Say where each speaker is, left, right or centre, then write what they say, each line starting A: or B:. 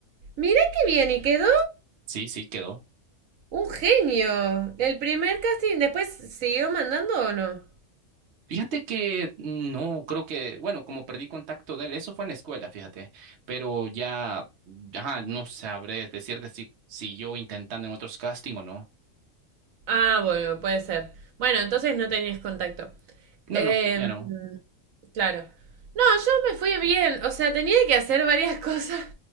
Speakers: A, on the right (about 75°); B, on the right (about 60°).
A: Mirá qué bien, ¿y quedó?
B: Sí, sí, quedó.
A: Un genio. El primer casting, ¿después siguió mandando o no?
B: Fíjate que no, creo que, bueno, como perdí contacto de él, eso fue en la escuela, fíjate, pero ya, ajá, no sabré decirte si siguió intentando en otros casting o no.
A: Ah, bueno, puede ser. Bueno, entonces no tenías contacto.
B: No,
A: Em,
B: no, ya no.
A: Claro. No, yo me fui bien. O sea, tenía que hacer varias <laughs> cosas